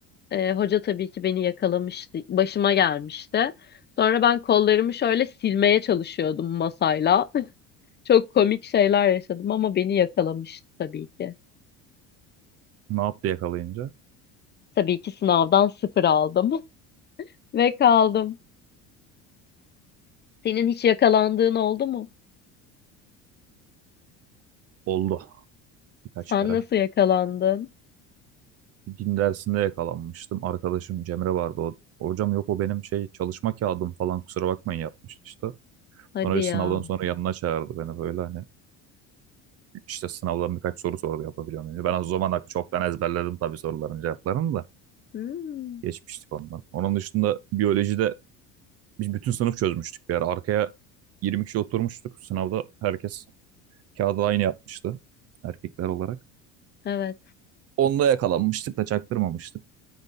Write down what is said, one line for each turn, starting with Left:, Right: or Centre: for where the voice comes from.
Left: Ee, hoca tabii ki beni yakalamıştı. Başıma gelmişti. Sonra ben kollarımı şöyle silmeye çalışıyordum masayla. <laughs> Çok komik şeyler yaşadım ama beni yakalamıştı tabii ki.
Right: ne yaptı yakalayınca?
Left: Tabii ki sınavdan sıfır aldım <laughs> ve kaldım. Senin hiç yakalandığın oldu mu?
Right: Oldu birkaç
Left: Sen
Right: kere.
Left: nasıl yakalandın?
Right: Din dersinde yakalanmıştım. Arkadaşım Cemre vardı. O, hocam yok o benim şey çalışma kağıdım falan kusura bakmayın yapmıştı işte.
Left: Hadi
Right: Sonra bir sınavdan
Left: ya.
Right: sonra yanına çağırdı beni böyle hani işte sınavdan birkaç soru sordu yapabiliyor muyum? Ben o zaman hakkı çoktan ezberledim tabii soruların cevaplarını da
Left: Hmm,
Right: geçmiştik ondan. Onun dışında biyolojide biz bütün sınıf çözmüştük bir ara. Arkaya 20 kişi oturmuştuk. Sınavda herkes kağıdı aynı yapmıştı erkekler olarak.
Left: evet.
Right: Onda yakalanmıştık da çaktırmamıştık.